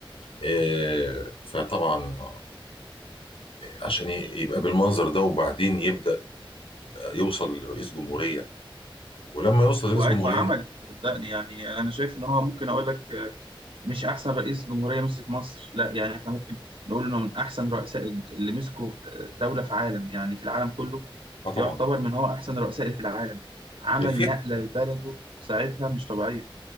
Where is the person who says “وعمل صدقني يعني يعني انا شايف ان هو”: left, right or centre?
Right